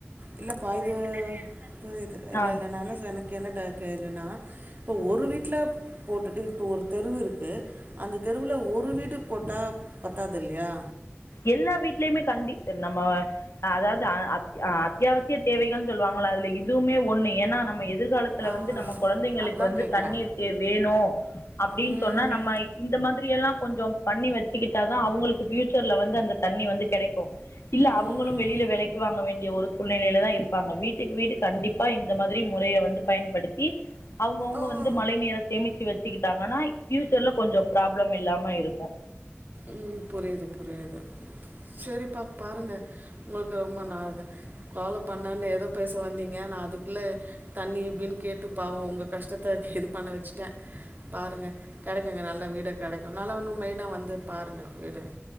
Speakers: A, on the right; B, on the left.
A: இல்ல பா இது இது <unintelligible> இல்லல்ல
B: ஆ
A: நா என்ன எனக்கு என்ன ட கேளுன்னா இப்போ ஒரு வீட்ல போட்டுட்டு இப்ப ஒரு தெருவு இருக்கு அந்த தெருவுல ஒரு வீடு போட்டா பத்தாது இல்லயா
B: எல்லா வீட்லயமே கண்டி நம்ம அ அதாது அ அத் அத்தியாவசிய தேவைகள்னு சொல்லுவாங்கள அதுல இது எதுமே ஒன்னு ஏன்னா நம்ம எதிர்காலத்துல
A: ஆ
B: வந்து நம்ம கொழந்தைங்களுக்கு
A: அதா
B: வந்து
A: கேக்குறே
B: தண்ணீர் தே வேணு அப்டின்னு
A: ம்
B: சொன்னா நம்ம இந்த மாதிரி எல்லா கொஞ்சம் பண்ணி வெச்சிக்கிட்டாதா அவுங்களுக்கு ஃபியூச்சர்ல வந்து அந்த தண்ணி வந்து கெடைக்கு இல்ல அவுங்களு
A: ம்
B: வெளில வெலைக்கு வாங்க வேண்டிய ஒரு சூழ்நிலையிலதா இருப்பாங்க வீட்டுக்கு வீடு கண்டிப்பா இந்த மாதிரி முறைய வந்து பயன்படுத்தி அவுங்கவுங்க
A: ஆ
B: வந்து மழை நீர சேமிச்சு வச் ச்சிக்கிட்டாங்கன்னா பியூச்சர்ல கொஞ்சோ ப்ராப்ளம் இல்லாம இருக்கோ
A: ம் புரியுது புரியுது சேரிப்பா பாருங்க உங்களுக்கு ரொம்ப நா ஃபாலோ பண்ணனுன்னு ஏதோ பேச வந்தீங்க நா அதுக்குள்ள தண்ணி இப்டின்னு கேட்டு பாவோ உங்க கஷ்டத்த இது பண்ண வெச்சுட்டே பாருங்க கெடைக்குங்க நல்ல வீடே கெடைக்கு நல்லா இன்னு மெயினா வந்து பாருங்க வீடு